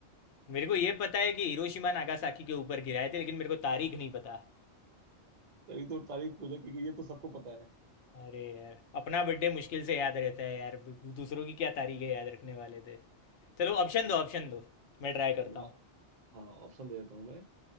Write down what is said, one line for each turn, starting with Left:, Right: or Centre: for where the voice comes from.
Left: मेरे को ये पता है कि हिरोशिमा नागासाकी के ऊपर गिराए थे लेकिन मेरे को तारीख नहीं पता
Right: तभी तो तारीख पूछा क्योंकि ये तो सबको पता है
Left: अरे यार अपना बर्थडे मुश्किल से याद रहता है यार दू- दूसरों की क्या तारीखें याद रखने वाले थे चलो ऑप्शन दो ऑप्शन दो मैं ट्राई करता
Right: चलो
Left: हूँ
Right: हाँ ऑप्शन दे देता हूँ मैं